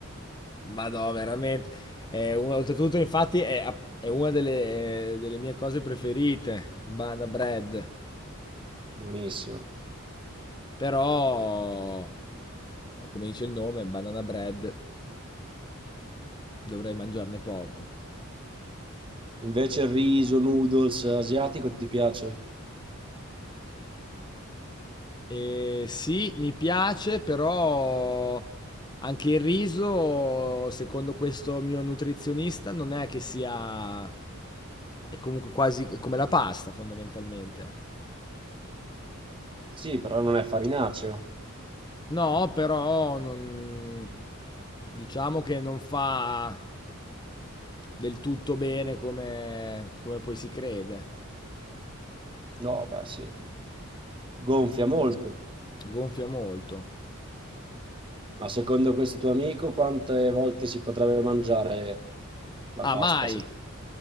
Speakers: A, on the left; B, on the right.
A: Ma no, veramente. È un- oltretutto, infatti, è, è una delle, delle mie cose preferite, il banana bread.
B: buonissimo.
A: Però, come dice il nome, banana bread, dovrei mangiarne poco.
B: Invece il riso, noodles asiatico ti piace?
A: E sì, mi piace, però anche il riso, secondo questo mio nutrizionista, non è che sia... è comunque quasi come la pasta, fondamentalmente.
B: Sì, però non è farinaceo.
A: No, però non... diciamo che non fa del tutto bene come, come poi si crede.
B: No, beh, sì. Gonfia molto.
A: Gonfia molto.
B: Ma secondo questo tuo amico, quante volte si potrebbe mangiare la
A: Ah,
B: pasta?
A: mai,
B: Se-